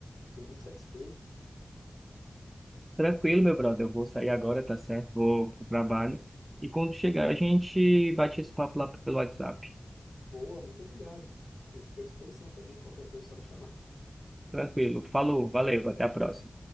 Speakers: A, on the left; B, on the right.
A: Estou muito satisfeito.
B: Tranquilo, meu brother, eu vou sair agora, tá certo? Vou pro trabalho. E quando chegar, a gente bate esse papo lá pelo WhatsApp.
A: Boa, muito obrigado. Eu fico à disposição também, qualquer coisa é só me chamar.
B: Tranquilo. Falou, valeu, até a próxima.